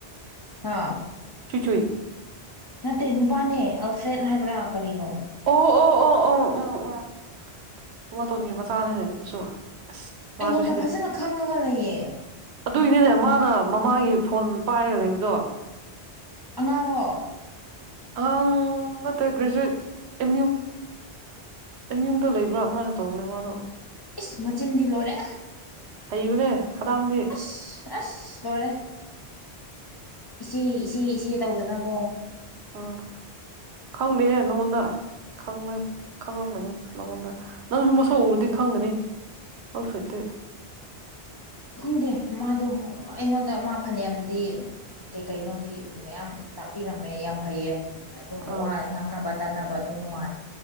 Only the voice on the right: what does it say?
ꯁꯨꯆꯏ
ꯑꯣ ꯑꯣ ꯑꯣ ꯑꯣ ꯎꯝ ꯎꯝ ꯃꯣꯇꯣꯟꯒꯤ ꯃꯆꯥꯅꯤꯅꯦ ꯑꯗꯨꯁꯨ ꯑꯁ ꯃꯥꯁꯨ
ꯑꯗꯨꯏꯅꯤꯅꯦ ꯃꯥꯅ ꯃꯃꯥꯒꯤ ꯐꯣꯟ ꯄꯥꯏꯔꯒ ꯂꯩꯕꯗꯣ
ꯑ ꯇ ꯭ꯔꯖꯨꯦꯠ ꯑ ꯑꯩ ꯃꯤ ꯌꯨꯡꯗ ꯂꯩꯕ꯭ꯔꯥ ꯑꯗꯨꯃꯥꯏꯅ ꯇꯧꯕꯅꯦ ꯃꯥꯗꯣ
ꯍꯥꯏꯕꯅꯦ ꯈꯗꯥꯡꯅꯤ
ꯎꯝ ꯈꯪꯅꯤꯍꯦ ꯅꯉꯣꯟꯗ ꯈꯪꯕꯣꯏ ꯈꯪꯉꯝꯒꯅꯤ ꯅꯪꯉꯣꯟꯗ ꯅꯪꯁꯨ ꯃꯁꯧ ꯎꯔꯨꯗꯤ ꯈꯪꯒꯅꯤ ꯑꯣꯜꯐꯦꯠꯇ
ꯑꯥ